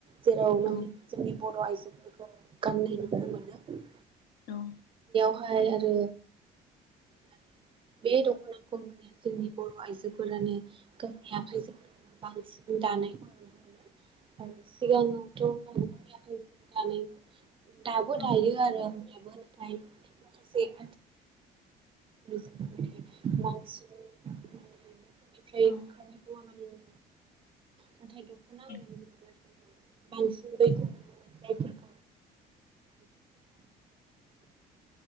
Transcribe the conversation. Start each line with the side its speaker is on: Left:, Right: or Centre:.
Right: जेराव माने
Left: औ
Right: जोंनि बर' बर' आइजोफोरखौ गाननाय नुुनो मोनो ।
Left: औ ।
Right: बेहाय आरो माने बे दख'नाखौ माने जोंनि बर' आइजोफोरानो गावनि आखाइजोंनो बांसिन दानायखौ नुनो मोनो । औ सिगाङो <unintelligible> दाबो
Left: औ
Right: दायो आरो होमब्लाबो ओमफ्राय माखासे <unintelligible> <unintelligible> निफ्राय ओंखारनायखौ
Left: औ
Right: <unintelligible> नाथाय दखना
Left: औ
Right: होनानै बुङोब्ला जोङो <unintelligible> <inaudible> बांसिन दायोमोन बेखौनो